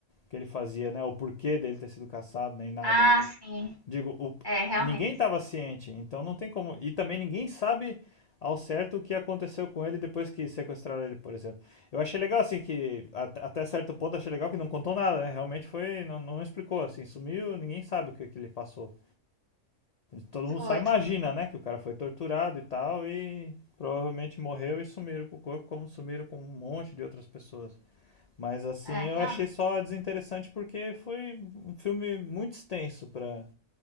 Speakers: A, on the left (about 55°); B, on the right (about 20°).
A: que ele fazia, né? O porquê dele ter sido caçado, nem nada.
B: Ah,
A: Eu
B: sim,
A: digo, o-
B: é, realmente.
A: ninguém estava ciente, então não tem como. E também ninguém sabe ao certo o que aconteceu com ele depois que sequestraram ele, por exemplo. Eu achei legal, assim, que até certo ponto achei legal que não contou nada, né? Realmente foi, não, não explicou, assim, sumiu, ninguém sabe o que, que ele passou. Todo mundo
B: Foi,
A: só imagina,
B: foi.
A: né? Que o cara foi torturado e tal, e provavelmente morreu e sumiram com o corpo, como sumiram com um monte de outras pessoas. Mas assim,
B: É, realmente.
A: eu achei só desinteressante porque foi um filme muito extenso pra